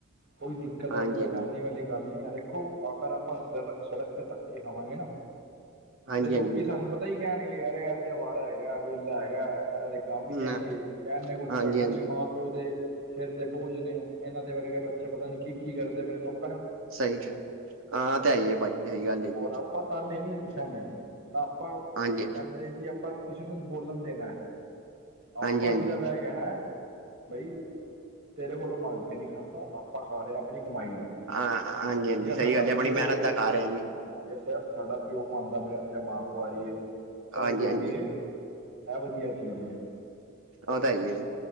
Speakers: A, on the right; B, on the right.
A: ਕੋਈ ਦਿੱਕਤ
B: ਹਾਂਜੀ
A: ਵਾਲੀ ਪਰੇਸ਼ਾਨੀ
B: ਹਾਂਜੀ
A: ਵਾਲੀ ਗੱਲ ਨਹੀਂ ਹੈ। ਦੇਖੋ- ਅਗਰ ਆਪਾਂ ਸੜ ਸੜਕ ਤੇ ਧੱਕੇ ਖਵਾਂਗੇ ਨਾ,
B: ਹਾਂਜੀ
A: ਤੇ ਲੋਕੀ
B: ਹਾਂਜੀ
A: ਸਾਨੂੰ ਪਤਾ- ਕਈ ਕੈਨ ਗੇ ਅਰੇ ਐ ਤਾਂ ਅਵਾਰਾ ਹੈਗੈ ਵੇਲਾ ਹੈਗਾ ਇਦਾ ਤਾਂ ਕੰਮ ਹੀ
B: ਹਮ
A: ਏਹੀ ਏ ਇਨੇ ਕੁਛ
B: ਹਾਂਜੀ
A: ਕਰਨਾ
B: ਹਾਂਜੀ
A: ਨੀ ਮਾਂ ਪਿਓ ਦੇ ਸਿਰ ਤੇ ਬੋਝ ਨੇ, ਇਹਨਾਂ ਦੇ ਵਰਗੇ ਬੱਚੇ ਪਤਾ ਨੀ ਕੀ-ਕੀ ਕਰਦੇ ਪੇ ਲੋਕ
B: ਸਹੀ ਕਿਹਾ। ਹਾਂ, ਤੇ ਏਹੀ ਏ ਭਾਜੀ ਸਹੀ ਗੱਲ ਹੈ ਜੀ।
A: ਔਰ ਆਪਾਂ ਤਾਂਨੇ ਨੀ ਸਹਿਣੇ, ਨਾ ਆਪਾਂ ਕਹਿੰਦੇ
B: ਹਾਂਜੀ
A: ਜੀ ਆਪਾਂ ਕਿਸੇ ਨੂੰ ਨੀ ਬੋਲਣ ਦੇਣਾ ਹੈ। ਆਪਾ
B: ਹਾਂਜੀ ਹਾਂਜੀ
A: ਸਿਰਫ ਐ ਕਿਹਨੈ ਬਈ, ਤੇਰੇ ਕੋਲੋਂ ਮੰਗ ਕੇ ਨਹੀਂ ਖਾਧਾ ਆਪਾਂ ਖਾ ਰਹੇ ਹਾਂ ਆਪਣੀ ਕਮਾਈ ਦਾ।
B: ਹਾਂ, ਹਾਂਜੀ ਹਾਂਜੀ
A: ਜਾਂ
B: ਸਹੀ
A: ਸਾਡਾ
B: ਗੱਲ ਹੈ। ਬੜੀ
A: ਪਿਓ
B: ਮਿਹਨਤ ਦਾ ਖਾ ਰਿਹਾ ਜੀ।
A: ਹਾਂ, ਯਾ ਸਿਰਫ ਸਾਡਾ ਪਿਓ ਖਵਾਉਂਦਾ ਪਿਆ ਯਾ ਮਾਂ ਖਵਾ ਰਹੀ ਏ। ਚਲੋ
B: ਹਾਂਜੀ
A: ਜੋ
B: ਹਾਂਜੀ
A: ਵੀ ਏ। ਇਹ ਵਧੀਆ ਚੀਜ਼ ਏ।
B: ਓ ਤੇ ਹੈ ਹੀ ਏ ਜੀ।